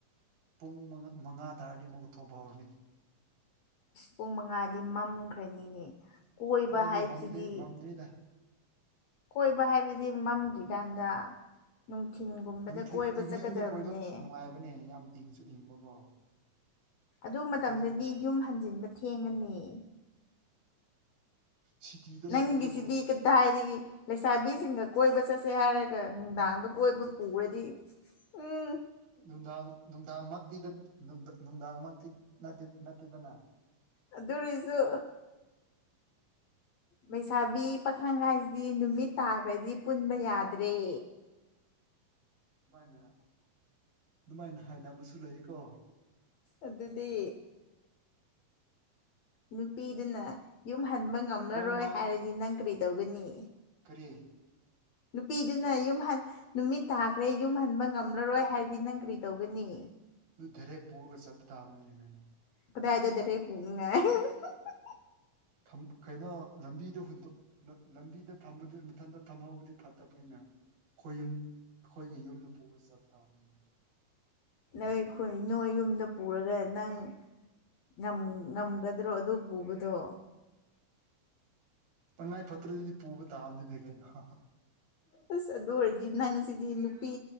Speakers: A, on the right; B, on the left.
A: ꯄꯨꯡ ꯃꯉꯥ ꯇꯥꯔꯗꯤ ꯑꯃꯨꯛꯊꯣꯛꯄ ꯍꯧꯔꯅꯤ
B: ꯄꯨꯡ ꯃꯉꯥꯗꯤ ꯃꯝꯈ꯭ꯔꯅꯤꯅꯦ ꯀꯣꯏꯕ
A: ꯀꯥꯏꯩ
B: ꯍꯥꯏꯕꯁꯤꯗꯤ
A: ꯃꯝꯗꯦ ꯃꯝꯗ꯭ꯔꯤꯗ
B: ꯀꯣꯏꯕ ꯍꯥꯏꯕꯗꯤ ꯃꯝꯗ꯭ꯔꯤꯀꯥꯟꯗ ꯅꯨꯡꯊꯤꯟꯒꯨꯝꯕꯗ
A: ꯅꯨꯡꯊꯤꯜ
B: ꯀꯣꯏꯕ
A: ꯏꯚꯤꯅꯤꯡꯗ
B: ꯆꯠꯀꯗꯕꯅꯦ
A: ꯀꯣꯏꯕ ꯅꯨꯡꯉꯥꯏꯕꯅꯦ ꯌꯥꯝ ꯏꯪꯁꯨ ꯏꯪꯕꯀꯣ
B: ꯑꯗꯨ ꯃꯇꯝꯗꯗꯤ
A: ꯍꯧꯖꯤꯛ
B: ꯌꯨꯝ ꯍꯟꯖꯤꯟꯕ ꯊꯦꯡꯉꯅꯤ
A: ꯁꯤꯇꯤꯗ
B: ꯅꯪꯒꯤꯁꯤꯗꯤ
A: ꯂꯩꯕꯗꯨꯕꯨ
B: ꯀꯗꯥꯏꯗꯒꯤ ꯂꯩꯁꯥꯕꯤꯁꯤꯡꯒ ꯀꯣꯏꯕ ꯆꯠꯁꯦ ꯍꯥꯏꯔꯒ ꯅꯨꯡꯗꯥꯡꯗ ꯀꯣꯏꯕ ꯄꯨꯔꯗꯤ ꯎꯝ
A: ꯅꯨꯡꯗꯥꯡ ꯅꯨꯡꯗꯥꯡꯃꯛꯇꯤꯅ ꯅꯨꯡꯗꯥꯡꯃꯛ ꯅꯠꯇꯤ ꯅꯠꯇꯦꯗꯅ <inaudible>
B: ꯑꯗꯨꯔꯁꯨ ꯂꯩꯁꯥꯕꯤ ꯄꯥꯈꯪ ꯍꯥꯏꯁꯤꯗꯤ ꯅꯨꯃꯤꯠ ꯇꯥꯈ꯭ꯔꯗꯤ ꯄꯨꯟꯕ ꯌꯥꯗ꯭ꯔꯦ
A: ꯑꯗꯨꯃꯥꯏꯅ ꯗꯨꯃꯥꯏꯅ ꯍꯥꯏꯅꯕꯁꯨ ꯂꯩꯀꯣ
B: ꯑꯗꯨꯗꯤ ꯅꯨꯄꯤꯗꯨꯅ ꯌꯨꯝ ꯍꯟꯕ ꯉꯝꯔꯔꯣꯏ
A: ꯅꯣꯡꯃ
B: ꯍꯥꯏꯔꯗꯤ ꯅꯪ ꯀ꯭ꯔꯤ ꯇꯧꯒꯅꯤ
A: ꯑꯦ
B: ꯅꯨꯄꯤꯗꯨꯅ ꯌꯨꯝ ꯍꯟ ꯅꯨꯃꯤꯠ ꯇꯥꯈ꯭ꯔꯦ ꯌꯨꯝ ꯍꯟꯕ ꯉꯝꯂꯔꯣꯏ ꯍꯥꯏꯔꯗꯤ ꯅꯪ ꯀ꯭ꯔꯤ ꯇꯧꯒꯅꯤ
A: ꯅꯠꯇꯦ ꯍꯦꯛ ꯄꯨꯔꯒ ꯆꯠꯄ ꯇꯥꯕꯅꯤꯅꯦ ꯀꯩꯅꯣ
B: ꯀꯗꯥꯏꯗ ꯗꯥꯏꯔꯦꯛ ꯄꯨꯅꯤꯡꯉꯥꯏ <unintelligible>
A: ꯊꯝ ꯀꯩꯅꯣ ꯂꯝꯕꯤꯗꯨ ꯍꯨꯟꯇꯣꯛ ꯂꯝꯕꯤꯗ ꯊꯝꯕꯗꯨ ꯃꯊꯟꯇ ꯊꯝꯍꯧꯕꯗꯤ ꯐꯠꯇꯕꯅꯤꯅ ꯈꯣꯏ ꯌꯨꯝ ꯈꯣꯏꯒꯤ ꯌꯨꯝꯗ ꯄꯨꯔ ꯆꯠ ꯇꯥꯝꯅꯤ
B: ꯅꯣꯏꯈꯨꯟ ꯅꯣꯏ ꯌꯨꯝꯗ ꯄꯨꯔꯒ ꯅꯪ ꯉꯝ ꯉꯝꯒꯗ꯭ꯔꯣ ꯑꯗꯨ ꯄꯨꯕꯗꯣ
A: ꯇꯪꯉꯥꯏ ꯐꯠꯇ꯭ꯔꯗꯤ ꯄꯨꯕ ꯇꯥꯕꯅꯤꯅꯦ ꯀꯩꯅꯣ ꯍꯥ ꯍꯥ
B: ꯑꯁ ꯑꯗꯨ ꯑꯣꯏꯔꯗꯤ ꯅꯪꯁꯤꯗꯤ ꯅꯨꯄꯤ